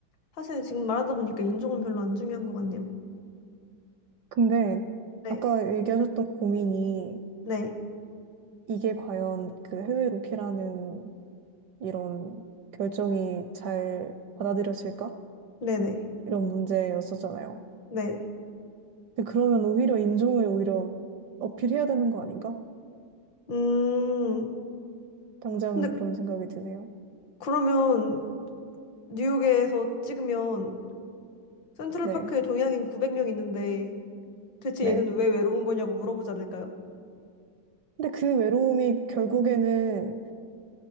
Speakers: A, on the left (about 70°); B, on the right (about 70°).
A: 사실 지금 말하다 보니까 인종은 별로 안 중요한 것 같네요.
B: 근데
A: 네,
B: 아까 얘기하셨던 고민이
A: 네,
B: 이게 과연 그 해외 로케라는 이런 결정이 잘 받아들여질까?
A: 네네,
B: 이런 문제였었잖아요.
A: 네. 네.
B: 근데 그러면 오히려 인종을 오히려 어필해야 되는 거 아닌가?
A: 음,
B: 당장은
A: 근데
B: 그런 생각이 드네요.
A: 그러면 뉴욕에서 찍으면 센트럴파크에
B: 네,
A: 동양인 900명 있는데 대체
B: 네.
A: 얘는 왜 외로운 거냐고 물어보지 않을까요?
B: 근데 그 외로움이 결국에는